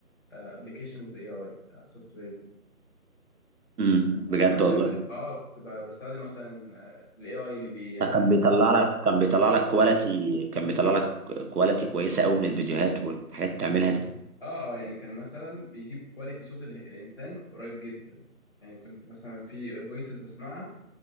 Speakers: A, on the left (about 40°); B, on the right (about 80°).
A: ابلكيشنز اي اي سوفت ويرز
B: امم
A: يعني
B: بجد
A: مثلا
B: والله
A: عارف اه كنت ب- بستخدم مثلا الاي اي اللي بي آه،
B: ده كان بيطلع لك كان بيطلع لك كواليتي كان بيطلع لك كواليتي كويسه قوي من الفيديوهات والحاجات اللي بتعملها دي
A: اه يعني كان مثلا بيجيب كواليتي صوت ال- الانسان قريب جدا يعني كنت مثلا في فويسز بسمعها